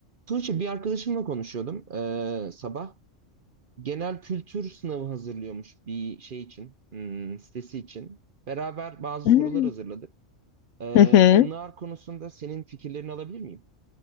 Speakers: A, on the right; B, on the left.
A: Tuğçe bir arkadaşımla konuşuyordum eee, sabah. Genel kültür sınavı hazırlıyormuş bir şey için, hmm, sitesi için. Beraber bazı
B: Hmm.
A: sorular hazırladık. Eee,
B: Hı hı.
A: onlar konusunda senin fikirlerini alabilir miyim?